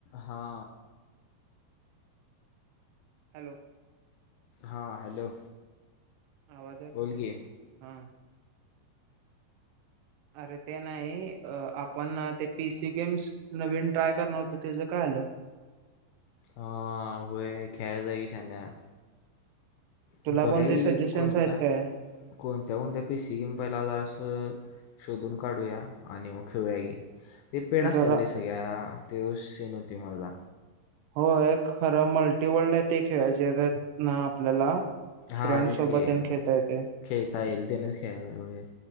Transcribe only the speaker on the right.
हॅलो,
आवाजला
हॅलो
हा. अरे ते नाही, आपण ते पीसी गेम्स नवीन ट्राय करणार होतो त्याचं काय झालं?
तुला
कोणते
सजेशन्स
आहेत काय
जरा
होय, खरं मल्टीवर्ल्ड आहे ते खेळायचय आपल्याला.
फ्रेंड
सोबत
आणि खेळता येते